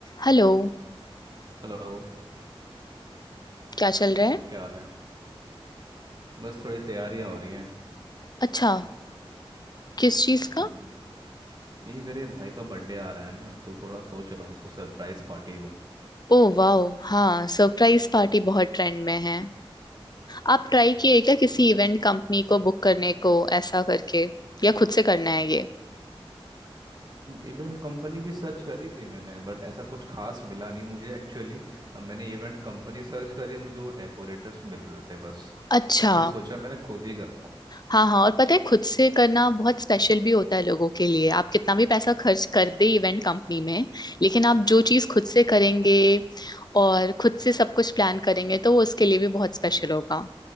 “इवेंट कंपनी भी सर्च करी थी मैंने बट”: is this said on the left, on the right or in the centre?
Right